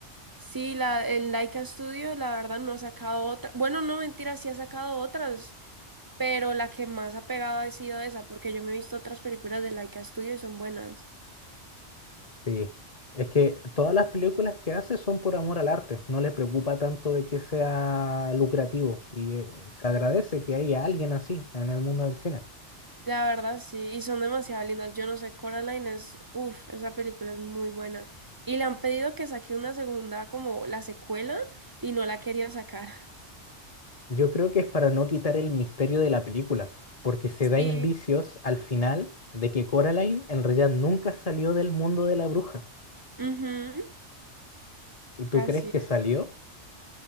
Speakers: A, on the right; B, on the left.
A: Sí, la, el Laika Studio, la verdad, no ha sacado otra. Bueno, no, mentira, sí ha sacado otras, pero la que más ha pegado ha sido esa, porque yo me he visto otras películas de Laika Studio y son buenas.
B: Sí, es que todas las películas que hace son por amor al arte, no le preocupa tanto de que sea lucrativo y eh, se agradece que haya alguien así en el mundo del cine.
A: La verdad, sí, y son demasiado lindas. Yo no sé, Coraline es, uff, esa película es muy buena. Y le han pedido que saque una segunda, como la secuela, y no la quería sacar. <laughs>
B: Yo creo que es para no quitar el misterio de la película, porque se
A: Sí.
B: da indicios al final de que Coraline en realidad nunca salió del mundo de la bruja.
A: Ujú,
B: ¿Y tú
A: así
B: crees que
A: es.
B: salió?